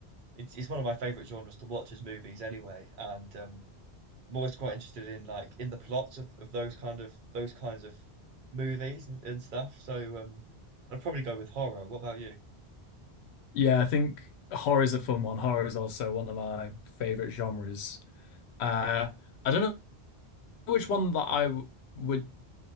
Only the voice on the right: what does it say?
it's it's one of my favorite genres to watch as movies anyway. And um I'm always quite interested in like in the plots of, of those kind of those kinds of movies and, and stuff. So um, I'd probably go with horror. What about you?